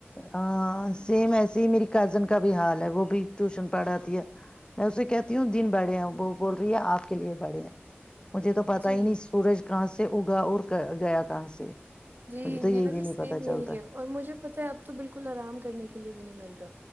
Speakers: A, on the left; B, on the right.
A: ہاں سیم ہے سی میری کزن کا بھی حال ہے وہ بھی ٹیوشن پڑھاتی ہے میں اسے کہتی ہوں دن بڑے ہیں وہ بول رہی ہے آپ کے لیے بڑے ہیں مجھے تو پتا
B: جی
A: ہی نہیں سورج کہاں سے اگا اور گیا کہاں سے
B: جی
A: مجھے تو یہ
B: میرا بھی
A: نہیں
B: سیم
A: پتا
B: یہی
A: چلتا
B: ہے اور مجھے پتہ ہے اب تو بالکل کل آرام کرنے کے لیے نہیں مل رہا